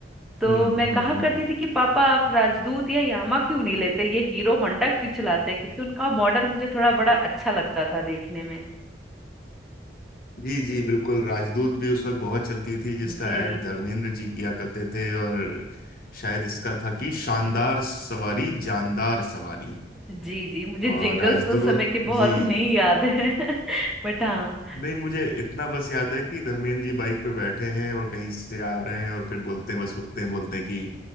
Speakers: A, in the centre; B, on the left.
A: तो
B: हम्म
A: मैं
B: हम्म
A: कहा
B: हम्म हम्म।
A: करती थी कि पापा आप राजदूत या यामा क्यों नहीं लेते ये हीरो होंडा क्यों चलाते हैं क्योंकि उनका मॉडल मुझे थोड़ा बड़ा अच्छा लगता था देखने में
B: जी जी बिल्कुल राजदूत भी उस वक्त बहुत चलती थी जिसका
A: जी
B: ऐड धर्मेंद्र जी किया करते थे और शायद इसका था कि शानदार सवारी जानदार सवारी
A: जी जी मुझे
B: और
A: जिंगल्स
B: राजदूत
A: तो उस समय के बहुत
B: जी
A: नहीं याद है <laughs> बट हाँ
B: नहीं मुझे इतना बस याद है कि धर्मेंद्र जी बाइक पे बैठे हैं और कहीं से आ रहे हैं और फिर बोलते हैं बस रुकते हैं बोलते हैं कि